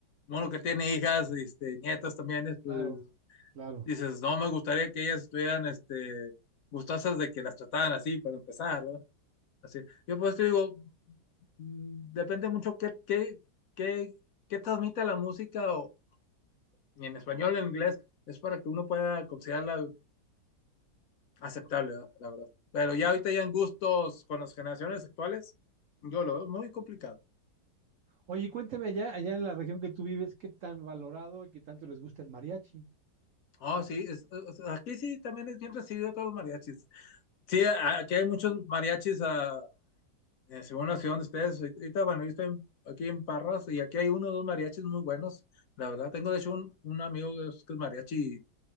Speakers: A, on the left; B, on the right.
A: bueno, que tiene hijas, este, nietas también, es,
B: claro,
A: pues,
B: claro.
A: dices, no me gustaría que ellas estuvieran, este, gustosas de que las trataran así para empezar, ¿verdad? Así. Yo pues te digo, mm, depende mucho qué, qué, qué, qué transmite la música o y en español o en inglés. Es para que uno pueda considerarla aceptable, ¿verdad? la verdad. Pero ya ahorita ya en gustos con las generaciones actuales, yo lo veo muy complicado.
B: Oye, y cuénteme allá, allá en la región que tú vives, ¿qué tan valorado y qué tanto les gusta el mariachi?
A: Oh, sí, es- es- aquí sí también es bien recibido todos los mariachis. Sí, a- aquí hay muchos mariachis, ah, eh, según la ciudad de ustedes. Ahorita, bueno, yo estoy en- aquí en Parras y aquí hay uno o dos mariachis muy buenos. La verdad, tengo de hecho un, un amigo que es, que es mariachi